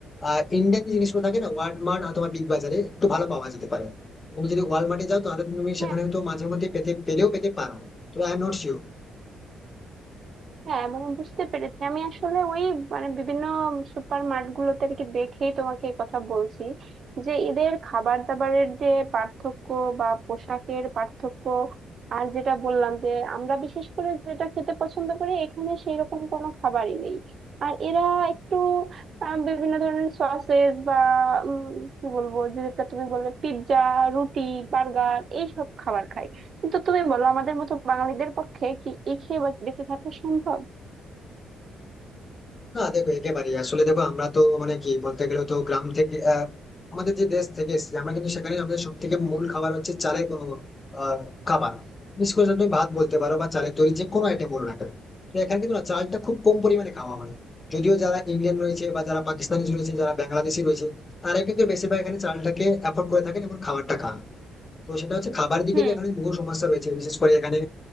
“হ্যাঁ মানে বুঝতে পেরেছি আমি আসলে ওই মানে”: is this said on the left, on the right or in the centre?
Right